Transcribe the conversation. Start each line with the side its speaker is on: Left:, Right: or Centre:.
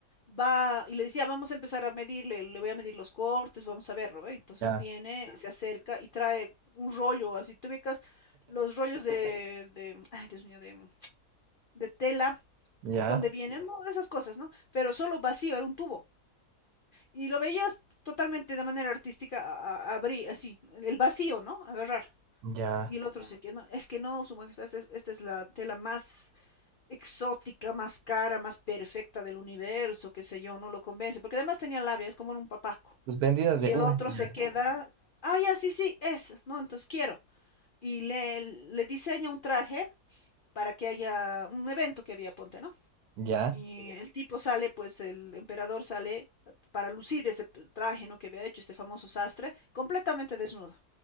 Left: va y le decía, vamos a empezar a medirle, le voy a medir los cortes, vamos a verlo, ¿ve? Entonces
Right: ya,
Left: viene, se acerca y trae un rollo, así te ubicas los rollos de, de ay Dios mío, de, de tela,
Right: ya,
Left: donde vienen, ¿no? esas cosas, ¿no? Pero solo vacío, era un tubo. Y lo veías totalmente de manera artística a- a- abrir así, el vacío, ¿no? Agarrar.
Right: ya.
Left: Y el otro se que no, es que no, su majestad, esta es, esta es la tela más exótica, más cara, más perfecta del universo, qué sé yo, no lo convence, porque además tenía labia, es como un papaco.
Right: Sus vendidas
Left: Y
Right: de
Left: el
Right: humo.
Left: otro
Right: Ya,
Left: se queda, ah, ya, sí, sí, es, no, entonces quiero. Y le, le diseña un traje para que haya un evento que había, ponte, ¿no?
Right: ya,
Left: Y el tipo sale, pues el emperador sale para lucir ese traje, ¿no? Que había hecho este famoso sastre, completamente desnudo.